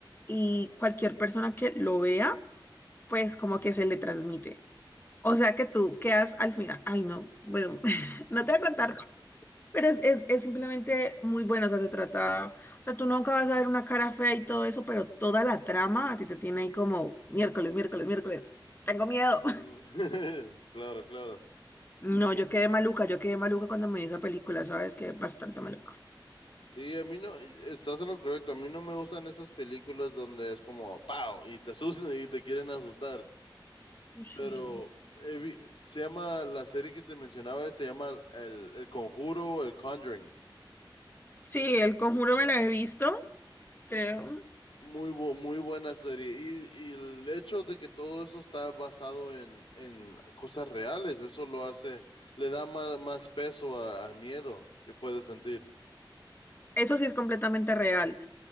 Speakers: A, on the left (about 25°); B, on the left (about 85°).
A: y cualquier persona que lo vea, pues como que se le transmite. O sea que tú quedas al final, ay no, bueno, <laughs> no te voy a contar, pero es, es, es simplemente muy bueno, o sea, se trata, o sea, tú nunca vas a ver una cara fea y todo eso, pero toda la trama a ti te tiene ahí como miércoles, miércoles, miércoles, tengo miedo.
B: Mm. <laughs> Claro, claro.
A: No,
B: S-
A: yo quedé maluca, yo quedé maluca cuando me vi esa película, ¿sabes? Quedé bastante maluca.
B: Sí, a mí no, estás en lo correcto, a mí no me gustan esas películas donde es como, ¡pau! y te asustan y te quieren asustar.
A: Sí.
B: Pero he vi- se llama, la serie que te mencionaba, se llama El, El Conjuro, El Conjuring.
A: Sí, El Conjuro me la he visto, creo.
B: Muy, bu- muy buena serie. Y, y el hecho de que todo eso está basado en, en cosas reales, eso lo hace, le da más, más peso a- al miedo que puedes sentir.
A: Eso sí es completamente real.